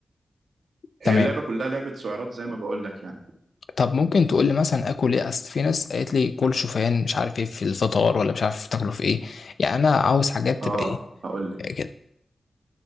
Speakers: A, on the right; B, on the left.
A: هي
B: تمام
A: اللعبه كلها لعبه سعرات زي ما بقول لك يعني
B: طب ممكن تقول لي مثلا اكل ايه اصل في ناس قالت لي كل شوفان مش عارف ايه في الفطار ولا مش عارف تاكله في ايه يعني انا عاوز حاجات
A: اه
B: تبقى ايه
A: هقول لك
B: كده